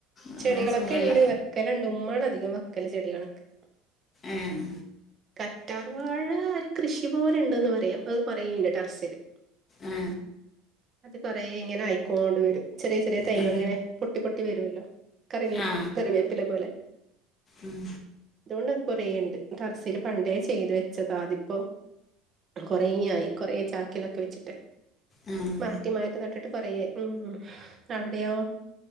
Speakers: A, on the left; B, on the right.
A: അങ്ങനെ
B: ചെടികളൊക്കെ
A: സുഖല്ല
B: ഉണ്ട് വെക്കലുണ്ട് ഉമ്മാണധികം വെക്കൽ ചെടികളൊക്കെ
A: ഏഹ്
B: കറ്റാർവാഴ ര് കൃഷി പോലെ ഉണ്ട്ന്ന് പറയാം അത് കുറേയുണ്ട് ടെറസില്
A: ആ
B: അത് കൊറെ ഇങ്ങനെ ആയിക്കോണ്ട വരും ചെറിയ ചെറിയ തൈകൾ
A: ആ
B: ഇങ്ങനെ പൊട്ടി പൊട്ടി വരുമല്ലോ കറിവേപ്പ്
A: ആ ആ
B: കറിവേപ്പിലെ പോലെ
A: ഉം
B: അതുകൊണ്ട് അത് കൊറേ ഉണ്ട് ടറസില് പണ്ടേ ചെയ്തു വെച്ചതാ അതിപ്പോ കൊറേങ്ങ്യായി കൊറേ ചാക്കിലൊക്ക വെച്ചിട്ട്
A: ആഹ്
B: മാറ്റി മാറ്റ് നട്ട്ട്ട് കൊറേയായി. ഊം അവിടെയോ?